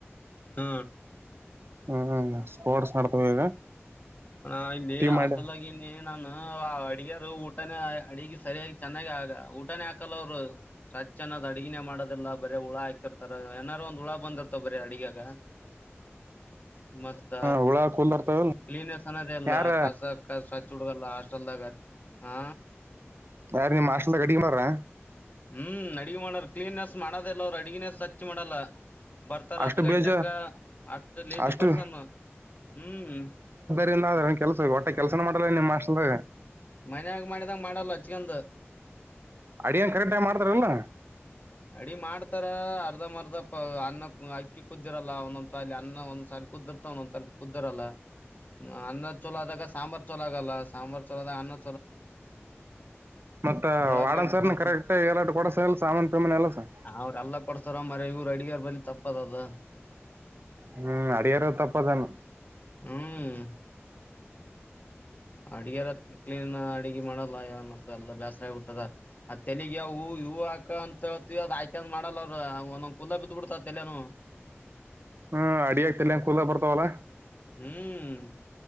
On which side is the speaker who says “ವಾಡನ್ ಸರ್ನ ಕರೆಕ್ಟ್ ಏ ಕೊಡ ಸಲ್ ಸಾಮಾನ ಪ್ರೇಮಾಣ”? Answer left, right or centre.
Right